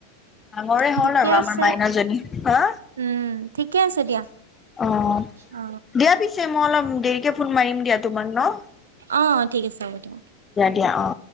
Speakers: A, on the left; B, on the right.
A: ডাঙৰে
B: ঠিকে
A: হ'ল আৰু আমাৰ
B: আছে
A: মাইনাজনী। হা!
B: উম ঠিকে আছে দিয়া।
A: অ'!
B: অ
A: দিয়া পিছে মই অলপ দেৰিকে ফোন মাৰিম দিয়া তোমাক ন'।
B: অ'! ঠিক আছে, হ'ব দিয়া।
A: দিয়া অ